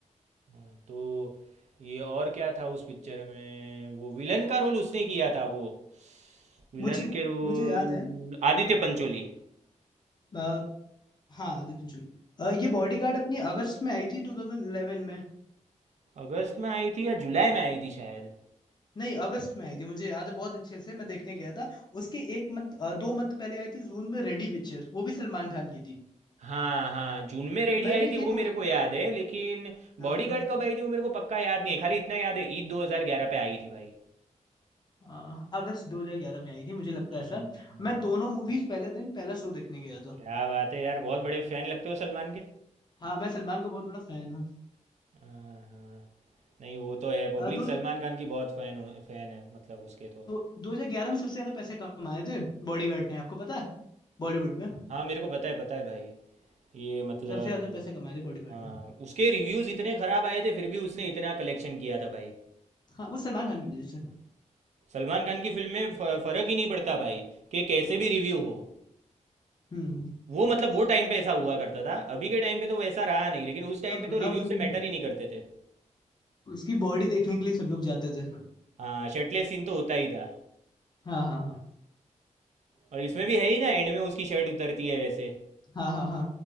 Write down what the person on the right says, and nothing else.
हाँ, तो ये और क्या था उस पिक्चर में वो विलन का रोल उसने किया था वो विलन
के रोल
आदित्य पंचोली
अगस्त में आई थी या जुलाई में आई थी शायद
हाँ हाँ जून में रेडी
आई थी वो
मेरे को याद है लेकिन
बॉडीगार्ड
कब आई थी वो मेरे को पक्का याद नहीं है खाली इतना याद है ईद 2011 पे आई थी भाई
हाँ,
हाँ।
क्या बात है यार बहुत बड़े फैन लगते हो सलमान के
हाँ, हाँ। नहीं वो तो है पब्लिक
सलमान
खान की बहुत फैन फैन है मतलब उसके तो
हाँ मेरे को पता है पता है भाई ये मतलब
हाँ
उसके रिव्यूज़ इतने ख़राब आए थे फिर भी उसने इतना कलेक्शन किया था भाई
सलमान खान की फिल्म में फ- फ़र्क ही नहीं पड़ता भाई कि कैसे भी रिव्यू हो
वो मतलब वो टाइम पे ऐसा हुआ करता था अभी के टाइम पे तो वैसा रहा नहीं लेकिन उस टाइम
पे तो रिव्यू
से मैटर ही नहीं करते थे
हाँ शर्टलेस सीन तो होता ही था
और इसमें भी है ही ना एंड में उसकी शर्ट उतरती है वैसे